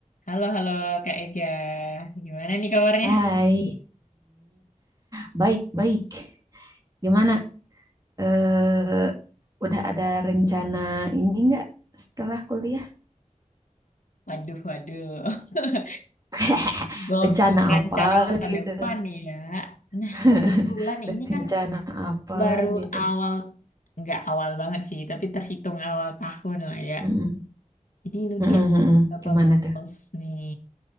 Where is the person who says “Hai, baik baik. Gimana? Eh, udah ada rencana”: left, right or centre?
Right